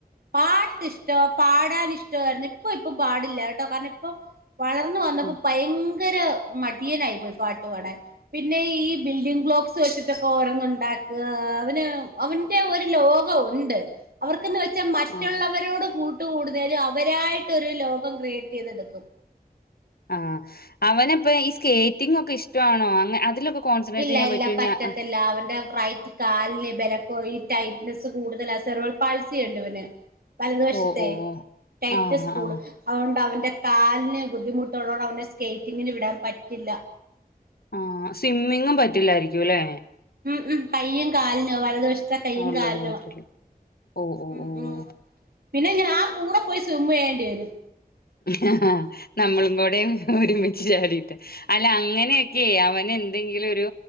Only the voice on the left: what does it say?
ഉം
ആഹ്
ആ അവനപ്പ ഈ സ്കേറ്റിങ്ങ് ഒക്കെ ഇഷ്ടവാണോ അങ്ങ അതിലൊക്കെ കോൺസെൻട്രേറ്റ്
ചെയ്യാൻ
പറ്റോ ഇനി
ആഹ്
ഓഹ് ഓഹ് ഓഹ്
ആഹ്
ആഹ്
ആ സ്വിമ്മിങ്ങും പറ്റില്ലായിരിക്കും ല്ലെ
ഉള്ളത്
പറ്റില്ല ഓഹ് ഓഹ്
ഓഹ്
ഹ് ഹാ നമ്മളും കൂടെ ഒരുമിച്ച് ചാടിയിട്ട് അല്ല അങ്ങനെയൊക്കെ അവന് എന്തെങ്കിലൊരു